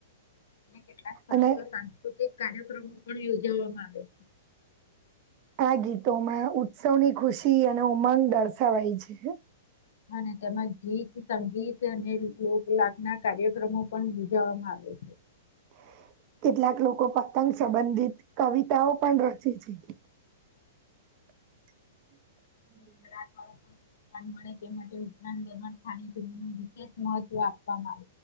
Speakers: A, on the left; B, on the right.
A: ને, કેટલાક સ્થળોતો
B: અને
A: સાંસ્કૃતિક કાર્યક્રમો પણ યોજવામાં, આવે છે.
B: આ ગીતોમાં ઉત્સવની, ખુશી અને ઉમંગ દર્શાવાય છે.
A: અને તેમાં ગીત સંગીત, અને લોકનાક ના કાર્યક્રમો પણ યોજાવામાં આવે. છે
B: <inaudible> કેટલાક લોકો, પતંગ સંબંધિત કવિતાઓ પણ રચે છે. <inaudible>
A: <unintelligible> મળે તે માટે ઉત્તરાયણ <unintelligible> એક મહત્વ આપવામાં આવ